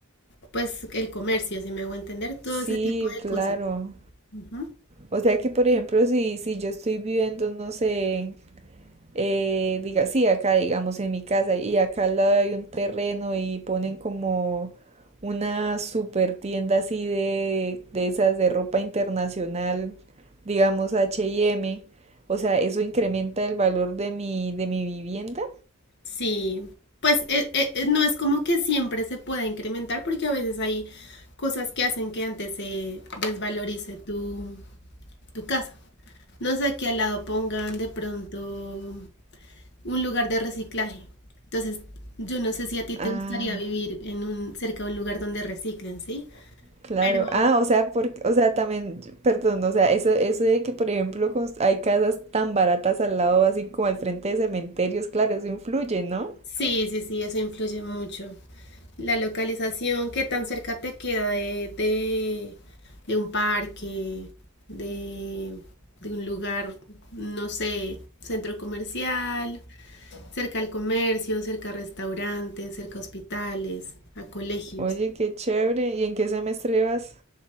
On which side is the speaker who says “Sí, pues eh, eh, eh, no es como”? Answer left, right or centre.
Left